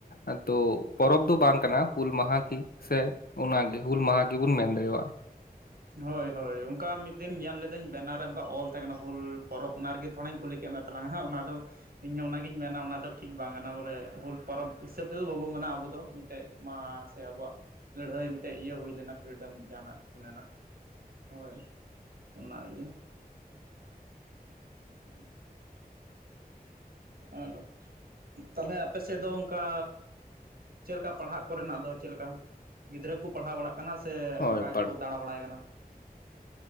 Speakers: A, on the left; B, on the right.
A: ᱟᱫᱚ ᱯᱚᱨᱚᱵᱽ ᱫᱚ ᱵᱟᱝ ᱠᱟᱱᱟ, ᱦᱩᱞ ᱢᱟᱦᱟ ᱜᱤ ᱥᱮ ᱚᱱᱟᱜᱮ ᱦᱩᱞ ᱢᱟᱦᱟ ᱜᱤᱵᱩᱱ ᱢᱮᱱ ᱦᱮᱣᱟᱜ
B: ᱦᱳᱭ ᱦᱳᱭ ᱚᱝᱠᱟ ᱢᱤᱫ ᱫᱤᱱ ᱧᱮᱞ ᱞᱤᱫᱟᱹᱧ ᱵᱮᱱᱟᱨ ᱨᱮ ᱚᱝᱠᱟ ᱚᱞ ᱛᱟᱦᱮᱸ ᱠᱟᱱᱟ ᱦᱩᱞ ᱯᱚᱨᱚᱵᱽ ᱚᱱᱟᱜᱮ ᱛᱷᱚᱲᱟᱧ ᱠᱩᱞᱤ ᱪᱮᱜ ᱮᱢ ᱢᱮᱱᱮᱜ ᱛᱟᱞᱟᱝᱟ ᱦᱟᱸᱜ ᱚᱱᱟ ᱫᱚ ᱤᱧ ᱦᱚᱸ ᱚᱱᱟᱜᱤᱧ ᱢᱮᱱᱟ ᱚᱱᱟ ᱫᱚ ᱴᱷᱤᱠ ᱵᱟᱝ ᱠᱟᱱᱟ ᱵᱚᱞᱮ ᱦᱩᱞ ᱯᱚᱨᱚᱵᱽ ᱦᱤᱥᱟᱹᱵᱽ ᱛᱮᱫᱚ ᱵᱟᱹᱵᱩ ᱢᱮᱱᱟ ᱟᱹᱵᱩ ᱫᱚ ᱢᱤᱫᱴᱮᱡ ᱢᱟ ᱥᱮ ᱟᱵᱚᱣᱟᱜ ᱞᱟᱹᱲᱦᱟᱹᱭ ᱢᱤᱫᱴᱮᱡ ᱤᱭᱟᱹ ᱦᱩᱭ ᱞᱮᱱᱟ ᱯᱷᱨᱤᱰᱚᱢ ᱡᱟᱦᱟᱱᱟᱜ ᱠᱚ ᱢᱮᱱᱟ ᱦᱳᱭ ᱚᱱᱟ ᱜᱮ <unintelligible> ᱟᱨ ᱛᱟᱦᱚᱞᱮ ᱟᱯᱮ ᱥᱮᱫ ᱫᱚ ᱚᱱᱠᱟ ᱪᱮᱫ ᱞᱮᱠᱟ ᱯᱟᱲᱦᱟᱜ ᱠᱚᱨᱮᱱᱟᱜ ᱫᱚ ᱪᱮᱫ ᱞᱮᱠᱟ ᱜᱤᱫᱽᱨᱟᱹ ᱠᱚ ᱯᱟᱲᱦᱟᱣ ᱵᱟᱲᱟᱜ ᱠᱟᱱᱟ ᱥᱮ
A: ᱦᱳᱭ
B: ᱚᱱᱠᱟ ᱜᱮᱠᱚ
A: ᱯᱟᱲ
B: ᱫᱟᱬᱟ ᱵᱟᱲᱟᱭ ᱠᱟᱱᱟ?